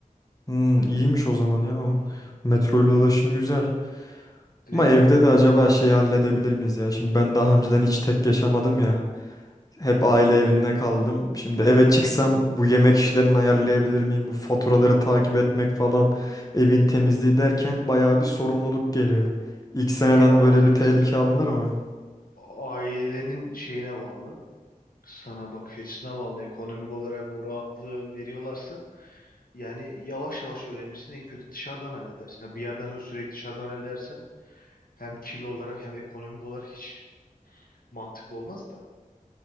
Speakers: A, on the left; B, on the left.
A: Hmm, iyiymiş o zaman ya o.
B: Hı hı
A: Metroyla
B: hı.
A: ulaşım güzel.
B: Direkt
A: Ama evde
B: aynen.
A: de acaba şeyi halledebilir miyiz ya? Şimdi ben daha önceden hiç tek yaşamadım ya. Hep aile evinde kaldım. Şimdi eve çıksam bu yemek işlerini ayarlayabilir miyim? Bu faturaları takip etmek falan, evin temizliği derken bayağı bir sorumluluk geliyor. İlk seneden
B: Ya orada
A: böyle bir
B: bir
A: tehlike
B: tık
A: alınır mı?
B: ailenin şeyine bağlı. Sana bakış açısına bağlı. Ekonomik olarak o rahatlığı veriyorlarsa yani yavaş yavaş öğrenirsin. En kötü dışarıdan halledersin. Ha, bir yerden sonra sürekli dışarıdan halledersen hem kilo olarak hem ekonomik olarak hiç mantıklı olmaz da.